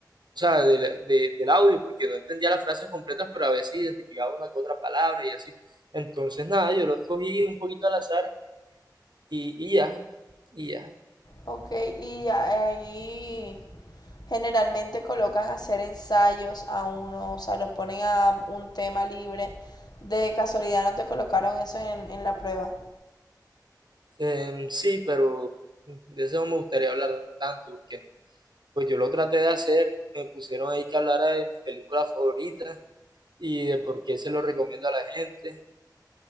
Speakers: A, on the right (about 80°); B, on the left (about 65°).
A: O sea, de de- del audio, porque no entendía las frases completas, pero a veces identificaba una que otra palabra y así. Entonces, nada, yo lo escogí un poquito al azar y, y ya, y ya.
B: Ok, y ahí generalmente colocan a hacer ensayos a uno, o sea, los ponen a un tema libre. De casualidad no te colocaron eso en, en la prueba.
A: Em, sí, pero de eso no me gustaría hablar tanto, porque pues yo lo traté de hacer, me pusieron ahí que hablara de mi película favorita y de por qué se lo recomiendo a la gente.